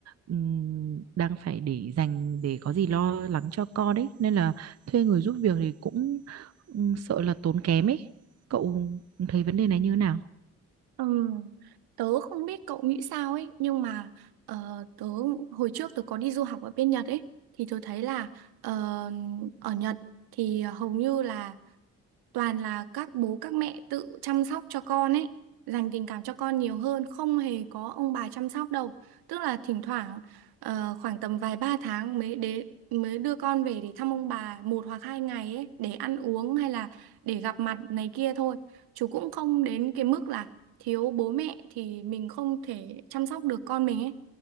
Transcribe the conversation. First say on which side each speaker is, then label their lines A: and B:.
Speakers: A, on the right; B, on the right.
A: ừm, đang phải để dành để có gì lo lắng cho con đấy. Nên là thuê người giúp việc thì cũng ừm, sợ là tốn kém ấy. Cậu thấy vấn đề này như thế nào?
B: Ừ, tớ không biết cậu nghĩ sao ấy nhưng mà ờ, tớ hồi trước tớ có đi du học ở bên Nhật ấy thì tớ thấy là ờ, ở Nhật thì hầu như là toàn là các bố các mẹ tự chăm sóc cho con ấy dành tình cảm cho con nhiều hơn không hề có ông bà chăm sóc đâu tức là thỉnh thoảng ờ, khoảng tầm vài ba tháng mới để mới đưa con về để thăm ông bà một hoặc hai ngày ấy để ăn uống hay là để gặp mặt này kia thôi chú cũng không đến cái mức là thiếu bố mẹ thì mình không thể chăm sóc được con mình ấy